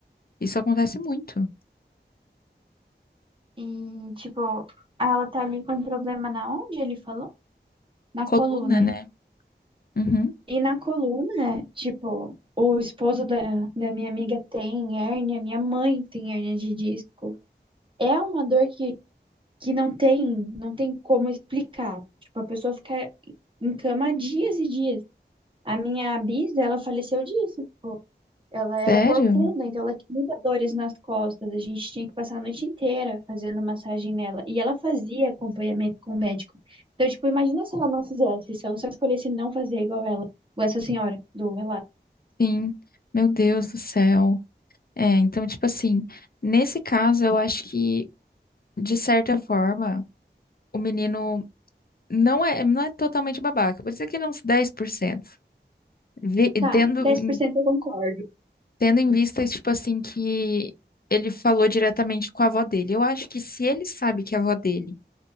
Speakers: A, on the left; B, on the right.
A: Isso acontece muito.
B: E, tipo, ela tá ali com um problema na onde ele falou? Na
A: Coluna,
B: coluna.
A: né? Uhum.
B: E na coluna, tipo, o esposo da, da minha amiga tem hérnia, minha mãe tem hérnia de disco. É uma dor que, que não tem, não tem como explicar. Tipo, a pessoa fica em cama dias e dias. A minha bisa, ela faleceu disso. Ela era
A: Sério?
B: corcunda, então ela tinha muitas dores nas costas. A gente tinha que passar a noite inteira fazendo massagem nela. E ela fazia acompanhamento com o médico. Então, tipo, imagina se ela não fizesse, se ela só escolhesse não fazer igual ela, igual essa senhora do relato.
A: Sim. Meu Deus do céu. É, então, tipo assim, nesse caso, eu acho que, de certa forma, o menino não é, não é totalmente babaca. Vou dizer que ele é uns 10%. Vi,
B: Tá,
A: tendo,
B: dez
A: em-
B: por cento eu concordo.
A: tendo em vista, tipo assim, que ele falou diretamente com a avó dele. Eu acho que se ele sabe que a avó dele